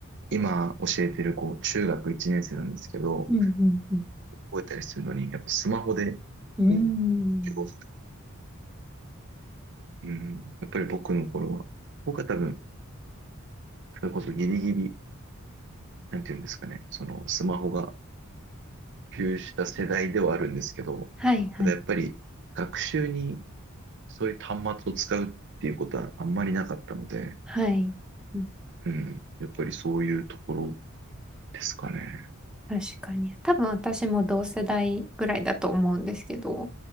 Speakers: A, on the right (about 55°); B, in the centre.
A: 今教えてる、こう、中学1年生なんですけど、
B: ー、うんうん
A: 覚えたりするのに、やっぱスマホで、
B: うん。うーん。
A: こう、授業する。うん。やっぱり僕の頃は、僕は多分、それこそギリギリ、なんていうんですかね、その、スマホが普及した世代ではあるんですけど、
B: はいはい
A: ただやっぱり、学習にそういう端末を使うっていうことはあんまりなかったので、
B: はい。うん
A: うん。やっぱりそういうところですかね。
B: 確かに。多分私も同世代ぐらいだと思うんですけど、